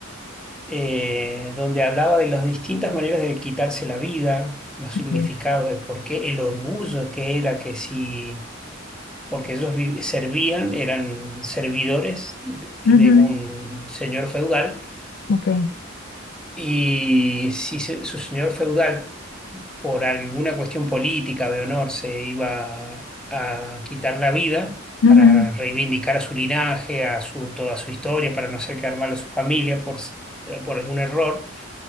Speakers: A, in the centre; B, on the left.
A: eh, donde hablaba de las distintas maneras de quitarse la vida, los significados
B: ok,
A: de por qué, el orgullo que era que si porque ellos vi- servían, eran servidores de,
B: ujú,
A: de un señor feudal,
B: ok,
A: y si se- su señor feudal, por alguna cuestión política de honor, se iba a quitar la vida
B: ujú,
A: para reivindicar a su linaje, a su, toda su historia, para no hacer quedar mal a su familia por, s- por algún error